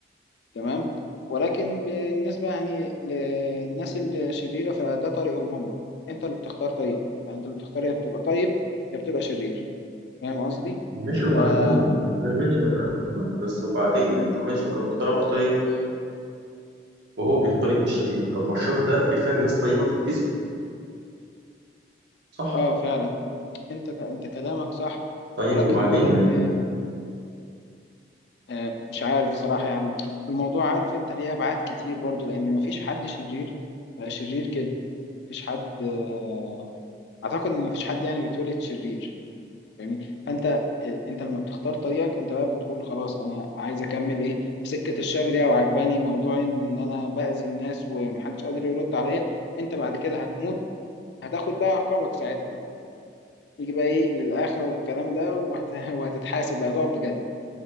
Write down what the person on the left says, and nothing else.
تمام ولكن بالنسبة يعني للناس الشريرة فده طريقهم هم انت اللي بتختار طريقك يعني انت اللي بتختار يا بتبقى طيب يا بتبقى شرير فاهم قصدي؟
فا
اه فعلا انت ك... انت كلامك صح
ولكن
لولا ان
آه، مش عارف بصراحة يعني الموضوع عارف انت ليه ابعاد كتير برضو لان مفيش حد شرير بقى شرير كده مفيش حد آه، اعتقد ان مفيش حد يعني بيتولد شرير فاهمني فانت آه، انت لما بتختار طريقك انت بقى بتقول خلاص انا عايز اكمل ايه في سكه الشر دي او عجباني موضوع ان انا باذي الناس ومحدش قادر يرد عليا انت بعد كده هتموت هتاخد بقى عقابك ساعتها بقى يجي بقى ايه للآخرة والكلام ده وهت... <laughs> وهتتحاسب بقى هتقف بجد